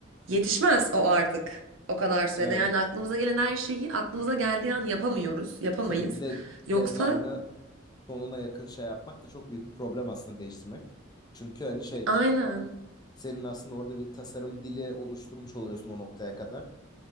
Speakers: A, on the right; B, on the left.
A: yetişmez o artık. O kadar sürede.
B: Evet.
A: Yani aklımıza gelen her şeyi aklımıza geldiği an yapamıyoruz. Yapamayız.
B: E, tabii bir de deadline'a.
A: Yoksa
B: sonuna yakın şey yapmak da çok büyük bir problem aslında değiştirmek. Çünkü hani şey
A: aynen.
B: senin aslında orada bir tasarım dili oluşturmuş oluyorsun o noktaya kadar.